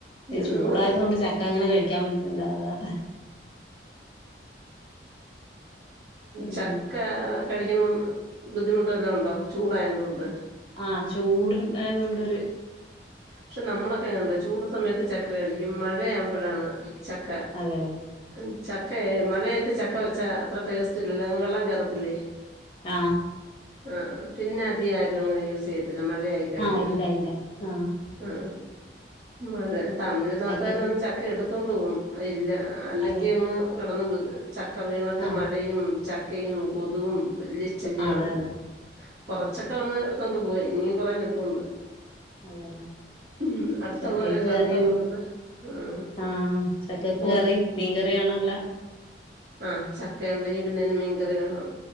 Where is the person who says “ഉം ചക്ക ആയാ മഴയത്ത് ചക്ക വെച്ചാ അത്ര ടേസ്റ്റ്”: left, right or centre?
Right